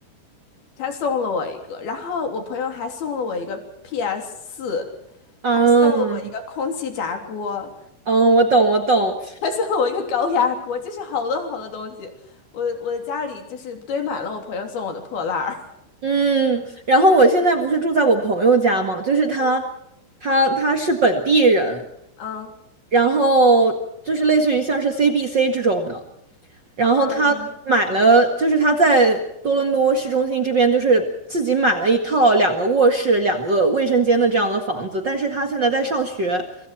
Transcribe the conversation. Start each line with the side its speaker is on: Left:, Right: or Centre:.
Left: 他送了我一个，然后我朋友还送了我一个 p s 四，
Right: 嗯
Left: 还送了我一个空气炸锅，
Right: 嗯，我懂我懂，
Left: 还送了我一个高压锅，就是好多好多东西。我我的家里就是堆满了我朋友送我的破烂儿。
Right: 嗯，然后我现在不是住在我朋友家嘛，就是他，
Left: <laughs>
Right: 他他是本地人，
Left: 嗯
Right: 然后就是类似于像是 CBC 这种的，然后他买了，
Left: 嗯。
Right: 就是他在多伦多市中心这边，就是自己买了一套两个卧室、两个卫生间的这样的房子。但是他现在在上学，